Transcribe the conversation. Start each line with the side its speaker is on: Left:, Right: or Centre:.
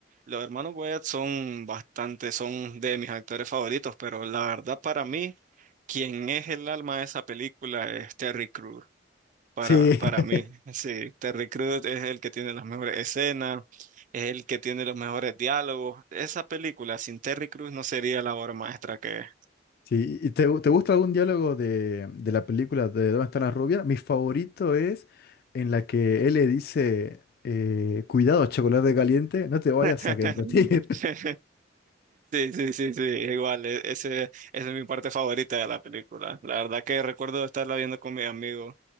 Right: los hermanos Wyatt son bastante, son de mis actores favoritos, pero la verdad para mí, quien es el alma de esa película es Terry Crews. para,
Left: Sí,
Right: para
Left: <laughs>
Right: mí. Sí, Terry Crews es el que tiene las mejores escenas, es el que tiene los mejores diálogos. Esa película sin Terry Crews no sería la obra maestra que es.
Left: sí. ¿Y te, gu- te gusta algún diálogo de, de la película de ¿Dónde está la rubia? Mi favorito es en la que él le dice, eh, cuidado, chocolate caliente, no te vayas
Right: <laughs>
Left: a derretir.
Right: Sí,
Left: <laughs>
Right: sí, sí, sí, igual, e- ese, esa es mi parte favorita de la película. La verdad que recuerdo estarla viendo con mi amigo